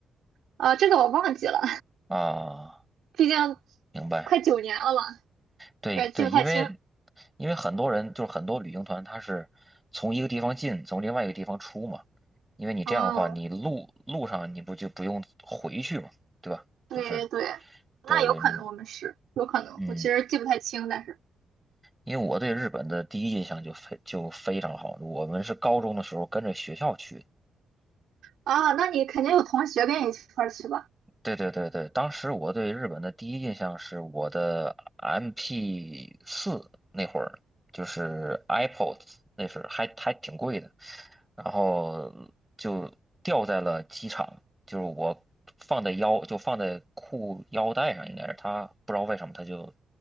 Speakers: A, on the right; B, in the centre.
A: 啊，这个我忘记了，
B: 啊，
A: <laughs> 毕竟
B: 明白？
A: 快九年了嘛，
B: 对对，
A: 有点记不太清。
B: 因为因为很多人就是很多旅行团，他是从一个地方进，从另外一个地方出嘛。因为你这样的话，
A: 啊。
B: 你路路上你不就不用回去嘛，对吧？
A: 对对对，
B: 就是
A: 那有可能我们是，
B: 对对，你
A: 有可能，
B: 嗯，
A: 我其实记不太清，但是
B: 因为我对日本的第一印象就非就非常好，我们是高中的时候跟着学校去的。
A: 啊，那你肯定有同学跟你一块儿去吧？
B: 对对对对，当时我对日本的第一印象是我的 MP 四那会儿，就是 iPods，那是还还挺贵的，然后就掉在了机场，就是我放在腰，就放在裤腰带上，应该是他不知道为什么他就